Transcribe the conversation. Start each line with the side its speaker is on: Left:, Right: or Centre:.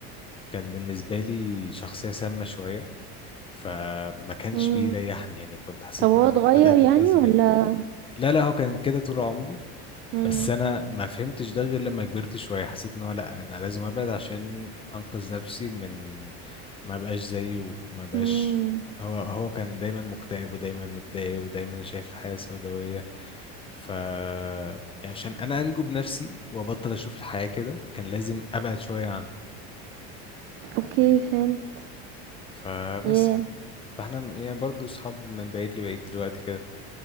Left: كان بالنسبة لي شخصية سامة شوية فما كانش
Right: إمم.
Left: بيريحني يعني كنت حسيت
Right: طب هو
Left: ان انا
Right: اتغيّر
Left: بدات
Right: يعني
Left: اتاذي
Right: والّا
Left: منه لا لا هو كان كده طول عمره
Right: إمم،
Left: بس انا ما فهمتش ده غير لما كبرت شويه حسيت ان هو لا انا لازم ابعد عشان انقذ نفسي من ما بقاش زيه ما بقاش
Right: إمم.
Left: هو هو كان دايما مكتئب ودايما متضايق ودايما شايف الحياه سوداويه ف يعني عشان انا انجو بنفسي وابطل اشوف الحياه كده كان لازم ابعد شويه عنه
Right: أوكي فهمت.
Left: فبس
Right: ياه!
Left: يعني فاحنا م- يعني برضه اصحاب من بعيد لبعيد دلوقتي كده